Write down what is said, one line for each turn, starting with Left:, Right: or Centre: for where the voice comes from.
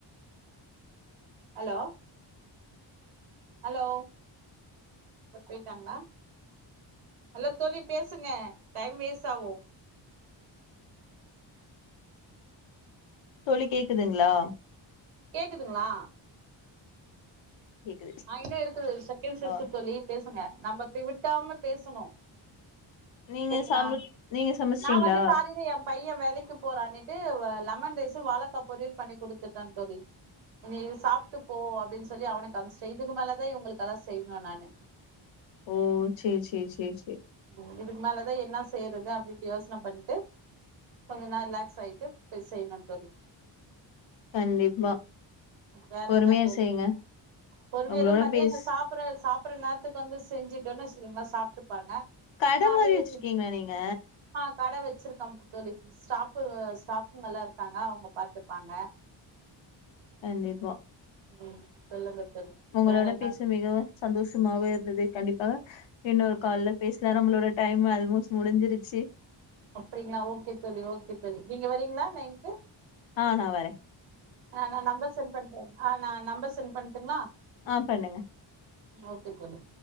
Right: அலோ அலோ போய்ட்டாங்ளா அலோ தோழி பேசுங்க டைம் வேஸ்ட் ஆவு
Left: தோழி கேக்குதுங்ளா
Right: கேக்குதுங்ளா
Left: கேக்குது.
Right: ஆயின்னே இருக்குது செகண்ட்ஸ் இருக்கு
Left: ஆ
Right: தோழி பேசுங்க நம்ம இப்டி விட்டாம பேசணு
Left: நீங்க
Right: செரிங்ளா
Left: சம நீங்க சமச்சிட்டீங்களா
Right: நா வந்து காலைல எம் பையன் வேலைக்கு போறானுட்டு வ லெமன் ரைஸு வாழக்கா பொரியல் பண்ணி குடுத்துட்டன் தோழி நீ இது சாப்ட்டு போ அப்டின்னு சொல்லி அவுனுக்கு அனுப்ச்சிட்ட இதுக்கு மேலேதா இவுங்களுக்கெல்லா செய்யணு நானு
Left: ஓ சேரி சேரி சேரி சேரி
Right: ம் இதுக்கு மேலதா என்னா செய்யறது அப்டின்ட்டு யோசன பண்ட்டு கொஞ்ச நேரோ ரிலாக்ஸ் ஆயிட்டு போய் செய்யணு தோழி
Left: கண்டிப்பா
Right: வேற
Left: பொறுமையா
Right: என்ன தோழி
Left: செய்யுங்க
Right: பொறுமையா
Left: உங்களோட
Right: மதியானோ
Left: பேஸ்
Right: சாப்டற சாப்பற நே த்துக்கு வந்து செஞ்சுட்டோனு வெச்சுக்கோங்கலேங்க சாப்ட்டுப்பாங்க
Left: கட
Right: அப்டியே
Left: மாரி வெச்சிருக்கீங்ளா நீங்க
Right: ஆ கட வெச்சிருக்கம் தோழி ஸ்டாப்பு ஸ்டாஃபுங்கல்லா இருக்காங்க அவுங்க பாத்துப்பாங்க
Left: கண்டிப்பா
Right: ம் சொல்லுங்க தோழி
Left: உங்களோட
Right: வேற என்ன
Left: பேச மிகவும் சந்தோஷமாக இருந்தது கண்டிப்பாக இன்னொரு
Right: ம்
Left: கால்ல பேசலா நம்மளோட டைம் ஆல்மோஸ்ட் முடிஞ்சிருச்சு
Right: அப்டிங்ளா ஓகே தோழி ஓகே தோழி நீங்க வர்ரீங்ளா லைன்க்கு
Left: ஆ நா வர
Right: ஆ நா நம்பர் சென் பண்டு ஆ நா நம்பர் சென் பண்ணட்டுங்ளா
Left: ஆ பண்ணுங்க
Right: ம் ஓகே தோழி